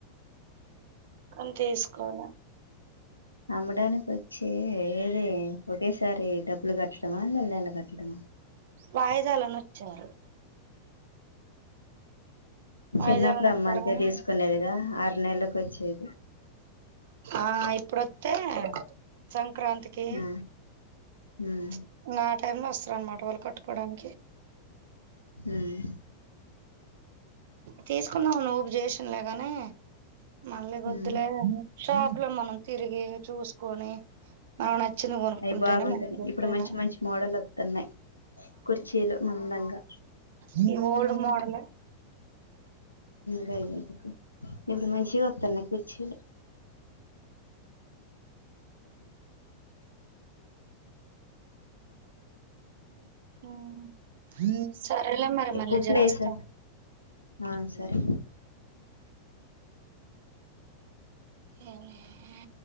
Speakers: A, on the right; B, on the left.
A: కానీ తీసుకోల
B: అమ్మడానికి వచ్చి ఏదీ ఒకేసారి డబ్బులు కట్టడమా నెల నెల కట్టడమా
A: వాయిదాలని వచ్చారు వాయిదాలనొచ్చారు
B: చిన్నప్పుడు అమ్మ అంతే
A: గానీ
B: తీసుకునేదిగా ఆరు నెలలకి వచ్చేది
A: ఆ ఇప్పుడుత్తే సంక్రాంతి కి
B: ఆ, ఉమ్,
A: చ్ ఇంకా ఆ టైమ్ లో వస్తరు అన్నమాట వాళ్ళు కట్టుకోవడానికి
B: ఉం
A: తీసుకుందామని వూపు చేసినలేగాని మళ్ళీ ఇగ వోద్దులే
B: ఉమ్.
A: షాప్ లో మనం తిరిగి చూసుకొని మనకు నచ్చింది కొనుక్కుంటేనే
B: అయి బాగుంటునయి
A: మంచిది ఎప్పుడైనా
B: ఇప్పుడు మంచి మంచి మోడల్ వత్తున్నయి కుర్చీలు మందంగా
A: ఈయి ఓల్డ్ మోడలే
B: గయ్యే <unintelligible> ఇప్పుడు మంచిగా వస్తనాయి కుర్చిలు
A: అవును సరేలే మరి మళ్ళీ
B: ఎక్కువ
A: చేస్తా
B: ప్లేస్ ఆ సరే
A: ఏనే